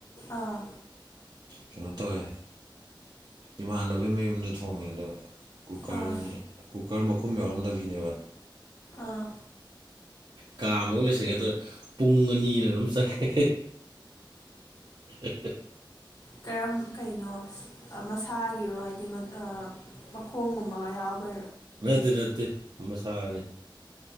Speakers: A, on the left; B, on the right.
A: ꯑꯥ
B: ꯀꯩꯅꯣ ꯇꯧꯋꯦ ꯏꯃꯥꯟꯅꯕꯒꯤ ꯃꯌꯨꯝꯗ ꯊꯣꯡꯉꯦ ꯑꯗꯣ ꯀꯨꯀꯔꯅꯦ
A: ꯑꯥ
B: ꯀꯨꯀꯔ ꯃꯈꯨꯝ ꯌꯥꯎꯔꯝꯗꯕꯤꯅꯦꯕ
A: ꯑꯥ
B: ꯀꯥ ꯑꯃꯒ ꯂꯣꯏꯁꯤꯜꯂꯤꯉꯦ ꯑꯗꯨ ꯄꯨꯡ ꯑꯅꯤ ꯂꯩꯝ ꯆꯪꯉꯦ ꯎ
A: ꯀꯔꯝ ꯀꯩꯅꯣ ꯃꯁꯥꯒꯤꯔꯣ ꯍꯥꯏꯗꯤ ꯃꯈꯣꯡꯒꯨꯝꯕꯒ ꯌꯥꯎꯕ
B: ꯃꯇ ꯔꯦꯇ ꯃꯁꯥꯅꯤ